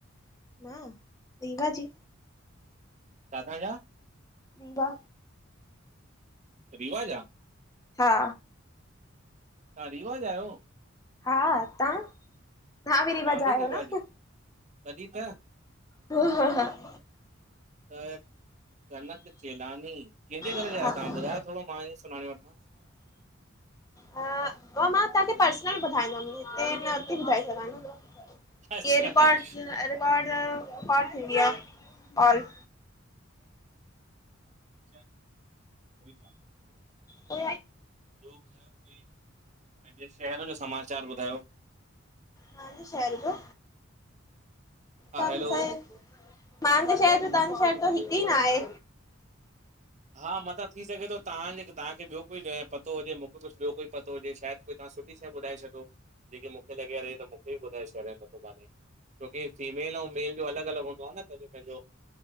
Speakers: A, on the left (about 20°); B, on the right (about 35°).
A: मां दीॻा जी।
B: काथा जा?
A: रीवा।
B: रीवा जा?
A: हा
B: तां रीवा जा आहियो?
A: हा तव्हां? तव्हां
B: मां
A: जा
B: बि
A: आहियो
B: रीवा
A: न?
B: जो तॾहिं त
A: <unintelligible>
B: त कनक चेलानी कंहिंजे घर
A: हा,
B: जा आहियो तव्हां ॿुधायो थोड़ो मां ईअ सुञाणे वठां?
A: मां तव्हांखे पर्सनल ॿुधाईंदम हिते न नथी ॿुधाए सघां न।
B: अच्छा
A: ए रिकॉर्ड
B: अच्छा,
A: रिकॉर्ड रिकॉर्ड थींदी आ और
B: <inaudible>
A: अ
B: ॿियो ॿुधायो कोई पंहिंजे शहर जो समाचार ॿुधायो?
A: तव्हांजे शहर जो।
B: हा
A: कम
B: हैलो
A: सहे मांजो शहर जो तव्हांजो शहर त हिक ई न आहे।
B: हा मता थी सघे तो तव्हांजे तव्हांखे ॿियो कोई पतो हुजे मूंखे कुछ ॿियो कोई पतो हुजे शायद। कोई तव्हां सुठी शए ॿुधाए छॾो जेके मूंखे लॻे यार ही त मूंखे बि ॿुधाए छॾियो पतो कान्हे। छोकी फीमेल ऐंऊ मेल जो अलॻि अलॻि हूंदो आहे न पंहिंजो पंहिंजो